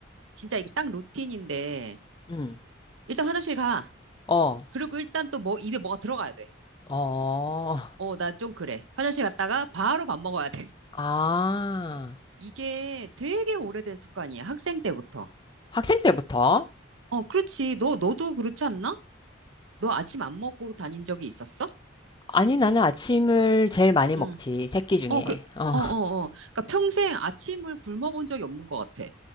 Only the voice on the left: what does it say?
음.
어,
어,
아.
학생 때부터?
아니, 나는 아침을 제일 많이
먹지. 새끼 중에.
어,